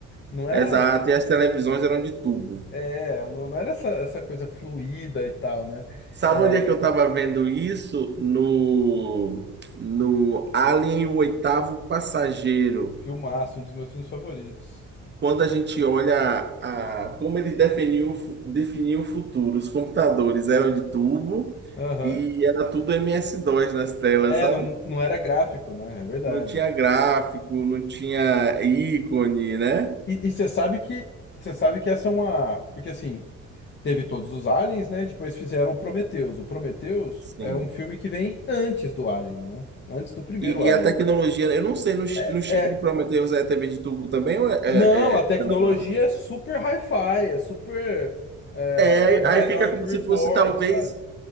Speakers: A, on the left; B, on the right.
A: Não era.
B: exato. E as televisões eram de tubo.
A: É, não não era essa, essa coisa fluida e tal, né?
B: Sabe
A: É,
B: onde é que eu estava vendo isso? No, no Alien, o oitavo passageiro.
A: filmaço, um dos meus filmes favoritos.
B: quando a gente olha a, como ele definiu, o fu- definiu o futuro. Os computadores eram de tubo
A: Aham.
B: e era tudo MS-DOS nas telas,
A: É,
B: sabe?
A: não, não era gráfico, né? É verdade.
B: Não tinha gráfico, não tinha ícone, né?
A: E, e você sabe que. Você sabe que essa é uma. Porque assim. Teve todos os Aliens, né? Depois fizeram o Prometheus. O Prometheus
B: Sim.
A: é um filme que vem antes do Alien, né? Antes do primeiro
B: E,
A: Alien.
B: e a tecnologia, eu não sei, no, chi-
A: É,
B: no chip
A: é-
B: de Prometheus é TV de tubo também ou é, é,
A: Não, a
B: é
A: tecnologia
B: tela plana?
A: é super hi-fi, é super é,
B: É,
A: Minority
B: aí fica como
A: Report,
B: se fosse talvez,
A: sabe?